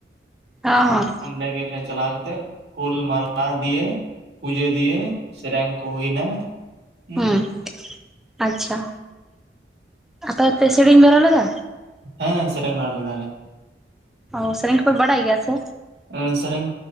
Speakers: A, in the centre; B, on the right.
A: ᱦᱚᱸ
B: ᱚᱸᱰᱮ ᱜᱮᱞᱮ ᱪᱟᱞᱟᱣ ᱠᱟᱛᱮ ᱦᱩᱞ ᱢᱟᱞᱟ ᱫᱤᱭᱮ ᱯᱩᱡᱟᱹ ᱫᱤᱭᱮ ᱥᱮᱨᱮᱧ ᱠᱚ ᱦᱩᱭᱱᱟ ᱦᱩᱸ
A: ᱦᱮᱸ ᱟᱪᱪᱷᱟ ᱟᱯᱮ ᱯᱮ ᱥᱮᱨᱮᱧ ᱵᱟᱰᱟ ᱞᱮᱫᱟ᱾
B: ᱦᱮᱸ ᱥᱮᱨᱮᱧ ᱵᱟᱲᱟ ᱞᱮᱫᱟ ᱞᱤᱝ᱾
A: ᱚ ᱥᱮᱨᱮᱧ ᱠᱚᱯᱮ ᱵᱟᱲᱟᱭ ᱜᱮᱭᱟ ᱥᱮ
B: ᱮᱸ ᱥᱮᱨᱮᱧ